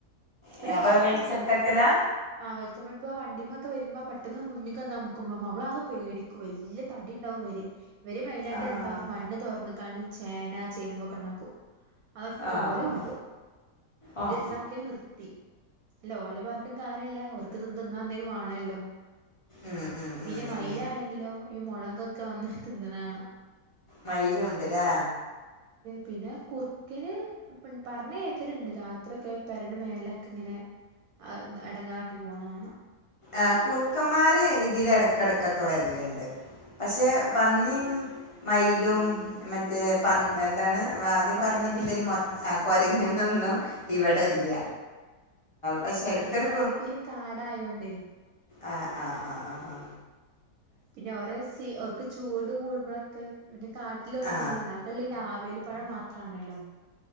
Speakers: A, on the left; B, on the right.
A: ഏഹ്
B: ഒരു
A: അപ്പൊ
B: ഓ ത്താണു
A: വെളിച്ചെട്ടക്കലാ
B: ആ വെളിച്ചമ്മ പ്പോ വണ്ടിമക്കെ വരുമ്പ പെ പെട്ടെന്ന് മുന്നക്ക്ന്ന നമക്ക്പ മമ്മളാകെ പേടിക്കും വലിയ തടി ഉണ്ടാവും വര് ഇവര് മെയിനായിട്ട്
A: ആഹ്
B: എന്താ മണ്ണ് തൊർന്ന കാണ്ട് ചേന ചേമ്പൊക്കെണ്ടാക്കും അതൊക്ക
A: ആഹ്
B: ഓര് കൊണ്ട് പോകും പിന്നെ
A: ഓഹ്
B: ഉണ്ടാക്കൽ നിർത്തി അല്ല ഓലിപാർഡും കാര്യല്ല ഓർക് തിന്നാ എന്തെങ്കിലും വേണല്ലോ
A: ഉം ഉം
B: പിന്നെ
A: ഉം
B: മയിലാണെങ്കിലോ
A: ഉം
B: ഈ മുളക ഒക്ക വന്ന് തിന്നണ കാണാം
A: മയിലും ഉണ്ട്ല്ലാ
B: പിന്നെ കുറുക്കന് പറഞ്ഞ കേക്കലുണ്ട് രാത്രിക്കെ പരണ്ട മേലൊക്കെ ഇങ്ങനെ അ എടങ്ങറാക്കി പോണകാണ
A: ആ കുർക്കന്മാര് ഇതില ഇടക്കിടക്കൊക്കെ വരലണ്ട് പക്ഷേ പന്നിയും മയിലും മറ്റേ പന് എന്താണ് ആദ്യം
B: കൊരങ്ങന്
A: പറഞ്ഞത് എന്തേ മ കൊരങ്ങനൊന്നും ഇവിടെ ഇല്ല പക്ഷേ
B: ആ
A: ഇടയ്ക്കൊരു
B: ഇവിടെ ബാക്കില് കാടായോണ്ടേ
A: അ അ ആഹ് അ അ
B: പിന്നെ ഓര സി ഓർക്ക് ചൂട് കൂടുമ്പഴൊക്ക ഒരുന്റെ കാട്ടിലൊന്നും
A: ആ
B: ഇല്ല അകല്ല ഞാവല് പഴ മാത്രമാണല്ലോ